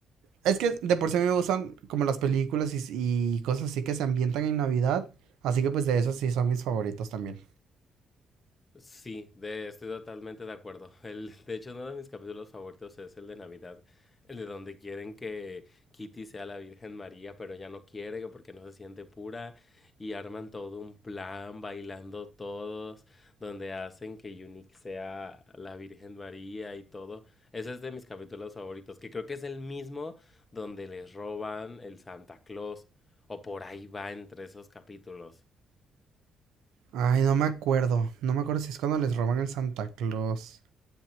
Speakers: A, on the right; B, on the left.
A: Es que de por sí a mí me gustan como las películas y, y cosas así que se ambientan en Navidad, así que pues de esos sí son mis favoritos también.
B: Sí, de, estoy totalmente de acuerdo. <laughs> El, de hecho, uno de mis capítulos favoritos es el de Navidad, el de donde quieren que Kitty sea la Virgen María, pero ella no quiere que porque no se siente pura y arman todo un plan bailando todos, donde hacen que Unique sea la Virgen María y todo. Ese es de mis capítulos favoritos, que creo que es el mismo donde les roban el Santa Claus, o por ahí va entre esos capítulos.
A: Ay, no me acuerdo, no me acuerdo si es cuando les roban el Santa Claus.